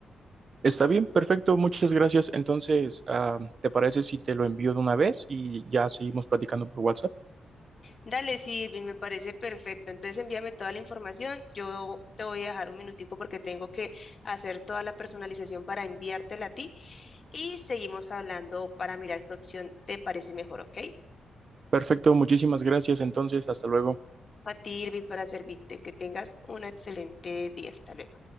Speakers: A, on the right; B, on the left.
A: Está bien, perfecto, muchas gracias. Entonces, ah, ¿te parece si te lo envío de una vez y ya seguimos platicando por WhatsApp?
B: Dale, Silvi, me parece perfecto. Entonces envíame toda la información. Yo te voy a dejar un minutico porque tengo que hacer toda la personalización para enviártela a ti y seguimos hablando para mirar qué opción te parece mejor, ¿ok?
A: Perfecto, muchísimas gracias. Entonces, hasta luego.
B: A ti, Irvi, para servirte. Que tengas un excelente día. Hasta luego.